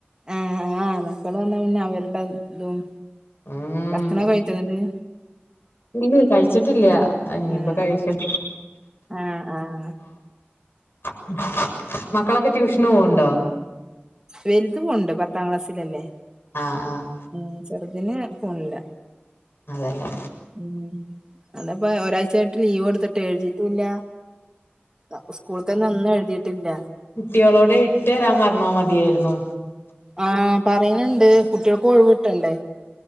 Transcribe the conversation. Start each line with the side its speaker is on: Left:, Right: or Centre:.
Right: ആഹ് ആഹ് മക്കള് വന്ന പിന്നെ അവര്ടെ ഇതും
Left: ഉം
Right: ഭക്ഷണം കഴിചോന്നിട്ട്
Left: ഇല്ലെ കഴിച്ചിട്ടില്ല അനിയിപ്പ
Right: ആഹ്
Left: കഴിക്കണം
Right: ആഹ് ആഹ് ആഹ്
Left: <inaudible> മക്കളൊക്കെ ട്യൂഷന് പോവ്ണ്ടോ
Right: വല്ത് പോണ്ട് പത്താം ക്ലാസ്സിലല്ലേ
Left: ആഹ് ആഹ്
Right: ഉം ചെറുതിന് പോണില്ല
Left: അതെല്ലേ
Right: ഉം അല്ലപ്പ ഒരാഴ്ചയായിട്ട് ലീവ്ട്ത്തിട്ട് എഴുതീറ്റുല്ല അപ്പൊ സ്കൂള് തോന്നും ഒന്നും എഴുതിയിട്ടില്ല
Left: കുട്യോളോട് ഇട്ടെരാൻ പറഞ്ഞാ മതിയായിരുന്നു
Right: ആഹ് പറയ്ണ് ണ്ട് കുട്ട്യാൾക്കും ഒഴിവ് കിട്ടണ്ടേ